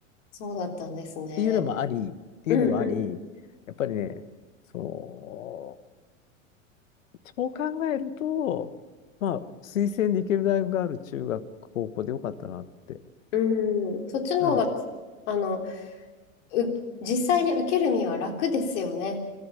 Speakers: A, on the left; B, on the left.
A: そうだったんですね。
B: ていうのもあり、っていうのもあり、
A: うんう
B: やっぱりね、その、そう考えると、まあ推薦で行ける大学がある中学、高校でよかったなって、
A: ん。うん。そっちの方が、
B: うん、そ
A: あの、う、実際に受ける身は楽ですよね。